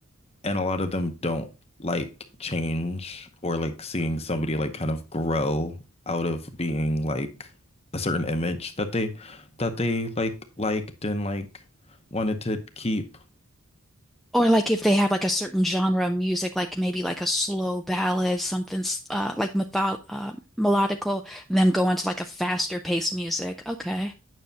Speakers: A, on the left; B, in the centre.
A: and a lot of them don't like change or like seeing somebody like kind of grow out of being like a certain image that they that they like liked and like wanted to keep
B: Or like if they have like a certain genre of music, like maybe like a slow ballad, something s- uh, like method uh, melodical, and then go on to like a faster paced music. Okay.